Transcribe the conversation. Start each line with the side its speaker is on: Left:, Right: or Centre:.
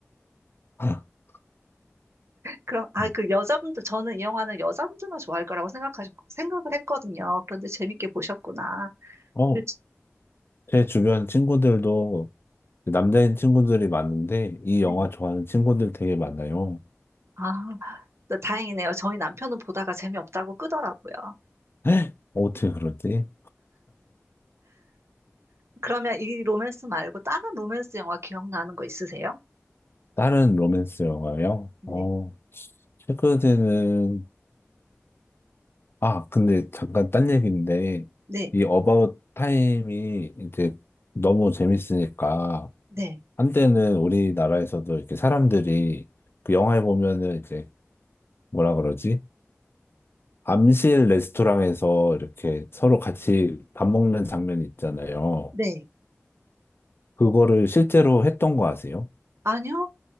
Left: <laughs>
Right: 그럼, 아,
Left: 어,
Right: 그 여자분들, 저는 이 영화는 여자분들만 좋아할 거라고 생각하셨, 생각을 했거든요. 그런데 재밌게 보셨구나.
Left: 어,
Right: 그치?
Left: 제 주변 친구들도 남자인 친구들이 많은데 이 영화
Right: 네.
Left: 좋아하는 친구들 되게 많아요.
Right: 아, 다행이네요. 저희 남편은 보다가 재미없다고 끄더라고요.
Left: <gasps> <laughs> 어떻게 그러지?
Right: 그러면 이 로맨스 말고 다른 로맨스 영화 기억나는 거 있으세요?
Left: 다른 로맨스 영화요?
Right: 네,
Left: 어, 최근에는 아, 근데 잠깐 딴 얘기인데,
Right: 네,
Left: 이 어바웃 타임이 이제 너무 재밌으니까,
Right: 네,
Left: 한때는 우리나라에서도 이렇게 사람들이 그 영화에 보면은 이제 뭐라 그러지? 암실 레스토랑에서 이렇게 서로 같이 밥 먹는 장면이 있잖아요.
Right: 네.
Left: 그거를 실제로 했던 거 아세요?
Right: 아니요,